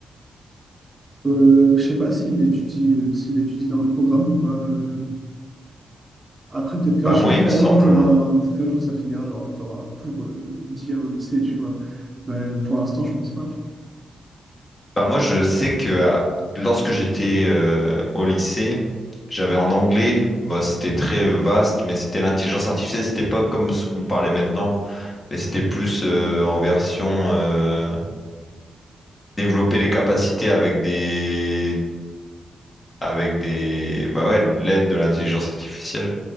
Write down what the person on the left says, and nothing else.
bah
moi il
me semble
euh,
bah moi je sais que à- lorsque j'étais euh, au lycée j'avais en anglais bah, c'était très vaste mais c'était l'intelligence artificielle c'était pas comme ce qu'on parlait maintenant mais c'était plus euh, en version euh, développer les capacités avec des avec des bah ouais l'aide de l'intelligence artificielle